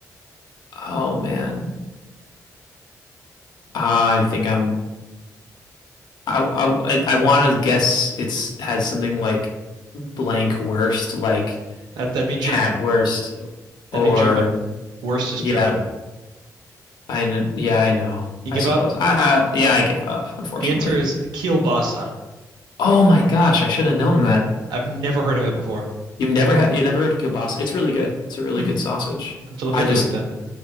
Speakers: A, on the left; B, on the right.
A: Oh man, I think I'm I I I want to guess it's has something like blank worst, like
B: That that'd be German.
A: cat worst,
B: That'd
A: or
B: be German. Worst is
A: yeah,
B: German.
A: I kn- yeah I know.
B: You give
A: I suppose.
B: up?
A: Uh, yeah, I give up, unfortunately.
B: The answer is kielbasa.
A: Oh my gosh, I should have known that.
B: I've never heard of it before.
A: You've never had you've never heard of kielbasa. It's really good. It's a really
B: Hmm.
A: good sausage.
B: I Have to look
A: I
B: into
A: just
B: it then.